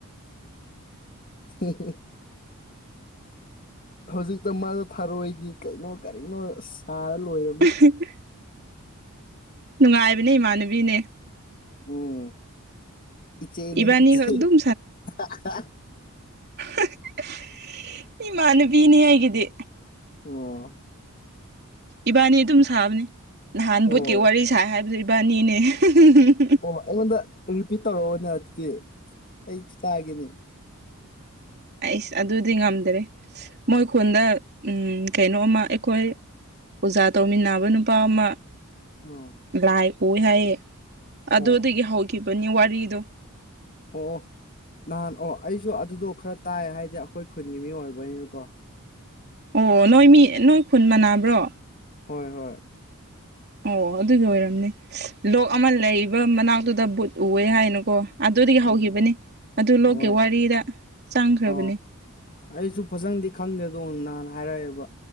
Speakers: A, on the left (about 40°); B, on the right (about 45°).
A: ꯍꯦ ꯍꯦ ꯍꯧꯖꯤꯛꯇ ꯃꯥꯗꯣ ꯊꯔꯣꯏꯒꯤ ꯀꯩꯅꯣ ꯀꯔꯤꯅꯣ ꯑꯁ ꯁꯥꯔ ꯂꯣꯏꯔꯝꯅꯤ
B: <unintelligible> ꯅꯨꯡꯉꯥꯏꯕꯅꯦ ꯏꯃꯥꯟꯅꯕꯤꯅꯦ
A: ꯎꯝ ꯏꯆꯦꯅꯤ
B: ꯏꯕꯥꯅꯤ
A: ꯏꯆꯦ
B: ꯈꯛ ꯑꯗꯨꯝ
A: ꯍꯥ ꯍꯥ
B: ꯍꯥ ꯏꯃꯥꯟꯅꯕꯤꯅꯦ ꯑꯩꯒꯤꯗꯤ
A: ꯑꯣ
B: ꯏꯕꯥꯅꯤ ꯑꯗꯨꯝ ꯁꯥꯕꯅꯦ ꯅꯍꯥꯟ
A: ꯑꯣ
B: ꯕꯨꯠꯀꯤ ꯋꯥꯔꯤ ꯁꯥꯥꯏ ꯍꯥꯏꯕꯗꯣ ꯏꯕꯥꯟꯅꯤꯅꯦ ꯍꯤ ꯍꯤ
A: ꯑꯣ ꯑꯩꯉꯣꯟꯗ ꯔꯤꯄꯤꯠ ꯇꯧꯔꯑꯣꯅꯦ ꯑꯗꯨꯗꯤ ꯑꯩꯁꯨ ꯇꯥꯒꯦꯅꯦ
B: ꯑꯩꯁ ꯑꯗꯨꯗꯤ ꯉꯝꯗ꯭ꯔꯦ ꯃꯣꯏ ꯈꯨꯟꯗ ꯎꯝ ꯀꯩꯅꯣꯝꯃ ꯑꯩꯈꯣꯏ ꯑꯣꯖꯥ ꯇꯧꯃꯤꯟꯅꯕ ꯅꯨꯄꯥ ꯑꯃ
A: ꯑꯥ
B: ꯂꯥꯏ ꯎꯏ ꯍꯥꯏꯌꯦ ꯑꯗꯨꯗꯒꯤ
A: ꯑꯣ
B: ꯍꯧꯈꯤꯕꯅꯤ ꯋꯥꯔꯤꯗꯣ
A: ꯑꯣ ꯑꯣ ꯅꯍꯥꯟ ꯑꯣ ꯑꯩꯁꯨ ꯑꯗꯨꯗꯣ ꯈꯔ ꯇꯥꯏ ꯍꯥꯏꯗꯤ ꯑꯩꯈꯣꯏ ꯈꯨꯟꯒꯤ ꯃꯤ ꯑꯣꯏꯕꯩꯅꯤꯅꯀꯣ
B: ꯑꯣ ꯅꯣꯏ ꯃꯤ ꯅꯣꯏ ꯈꯨꯟ ꯃꯟꯅꯕ꯭ꯔꯣ
A: ꯍꯣꯏ ꯍꯣꯏ
B: ꯑꯣ ꯑꯗꯨꯗꯣ ꯑꯣꯏꯔꯝꯅꯤ ꯂꯣꯛ ꯑꯃ ꯂꯩꯕ ꯃꯅꯥꯛꯇꯨꯗ ꯕꯨꯠ ꯎꯋꯦ ꯍꯥꯏꯅꯀꯣ ꯑꯗꯨꯗꯒꯤ ꯍꯧꯈꯤꯕꯅꯤ
A: ꯎꯝ
B: ꯑꯗꯨ ꯂꯣꯛꯀꯦ
A: ꯍꯣꯏ
B: ꯋꯥꯔꯤꯗ ꯆꯪꯈ꯭ꯔꯕꯅꯤ
A: ꯑꯣ ꯑꯩꯁꯨ ꯐꯖꯅꯗꯤ ꯈꯪꯗꯦꯗꯣ ꯅꯍꯥꯟ ꯍꯥꯏꯔꯛꯑꯦꯕ